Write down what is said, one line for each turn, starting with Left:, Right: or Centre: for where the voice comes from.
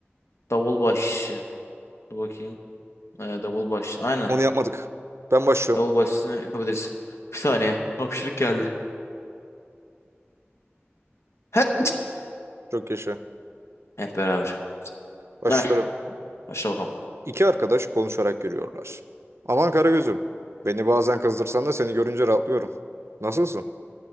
Left: Davulbaş. Dur bakayım. Ee, davulbaş. Aynen.
Right: Onu yapmadık. Ben başlıyorum.
Left: Davulbaşını yapabiliriz. Bir saniye. Hapşırık geldi. Hep
Right: Çok yaşa.
Left: Hep beraber.
Right: Başlıyorum.
Left: Ay, başla bakalım.
Right: İki arkadaş konuşarak yürüyorlar. Aman Karagöz'üm, beni bazen kızdırsan da seni görünce rahatlıyorum. Nasılsın?